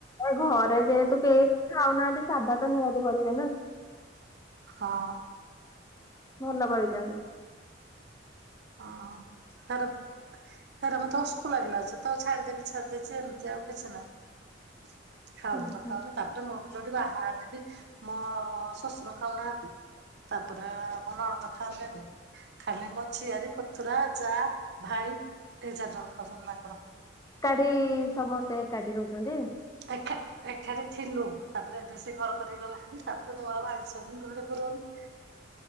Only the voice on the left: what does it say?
ଘରେ ଯେହେତୁ କେହି ଖାଉନାହାଁନ୍ତି, ସାଧାତ ନିହାତି କରିବେନା।
ଭଲ କରିଚନ୍ତି।
ହୁଁ ହୁଁ।
କାଠି- ଇ ସମସ୍ତେ ଏକାଠି ରହୁଛନ୍ତି?
<unintelligible>